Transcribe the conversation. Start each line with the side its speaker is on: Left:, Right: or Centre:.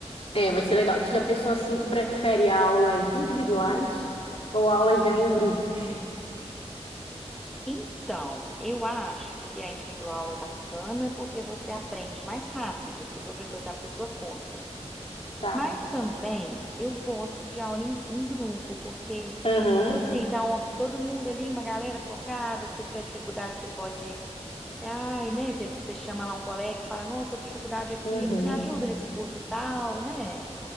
Left: É, vai ser legal. Tu já pensou assim, tu prefere aulas individuais ou aulas já em grupos?
Centre: Então, eu acho que a individual é bacana porque você aprende mais rápido, porque o professor está por sua conta.
Left: Tá.
Centre: Mas também eu gosto de aula em, em grupo, porque, tipo
Left: Aham,
Centre: assim, tá uma- todo mundo ali, uma galera focada. Se você tiver dificuldade, você pode Ai, né? Você você chama lá um colega e fala, nossa, tô com dificuldade aqui,
Left: uhum.
Centre: você me ajuda nesse curso tal, né?